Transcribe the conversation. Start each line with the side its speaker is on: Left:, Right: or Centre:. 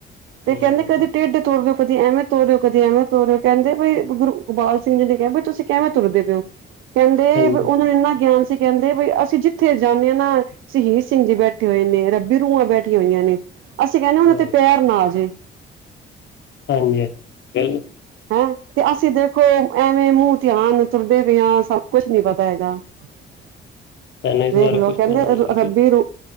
Right: ਤੇ
Left: ਹਮ
Right: ਕਹਿੰਦੇ ਕਦੇ
Left: ਹਮ
Right: ਟੈਡੇ ਤੁਰਦੇ। ਕਦੇ ਐਵੇਂ ਤੋਰਿਓ ਕਦੇ ਐਵੇਂ ਤੋਰਿਓ ਕਹਿੰਦੇ ਬਈ ਗੁਰੂ ਇਕਬਾਲ ਸਿੰਘ ਜੀ ਨੇ ਕਿਹਾ ਬਈ ਤੁਸੀਂ ਕਿਵੇਂ ਤੁਰਦੇ ਪਏ ਓ। ਕਹਿੰਦੇ
Left: ਹਾਂਜੀ
Right: ਵੀ ਉਹਨਾਂ ਨੂੰ ਇੰਨਾ ਗਿਆਨ ਸੀ ਕਹਿੰਦੇ ਬਈ ਅਸੀਂ ਜਿੱਥੇ ਜਾਂਨੇ ਆਂ ਨਾ ਸ਼ਹੀਸ ਸਿੰਘ ਜੀ ਬੈਠੇ ਹੋਏ ਨੇ ਰੱਬੀ ਰੂਹਾਂ ਬੈਠੀਆਂ ਹੋਈਆਂ ਨੇ ਅਸੀਂ ਕਹਿੰਨੇਂ ਆ ਉਹਨਾਂ
Left: ਵਾਹਿਗੁਰੂ
Right: ਤੇ ਪੈਰ ਨਾ ਆਜੇ।
Left: ਹਾਂਜੀ ਹਾਂ ਬਿਲ
Right: ਹਾਂ। ਤੇ ਅਸੀਂ ਦੇਖੋ ਐਵੇਂ ਮੂੰਹ ਧਿਆਨ ਤੁਰਦੇ ਪਏ ਆ ਸਾਨੂੰ ਕੁਛ ਨੀ ਪਤਾ ਹੈਗਾ। <inaudible>
Left: ਸਾਨੂੰ ਇਸ
Right: ਵੇਖ
Left: ਬਾਰੇ
Right: ਲੋ
Left: ਕੁੱਛ
Right: ਕਹਿੰਦੇ
Left: ਪਤਾ ਨੀ ਐ।
Right: ਰੱਬੀ ਰੂ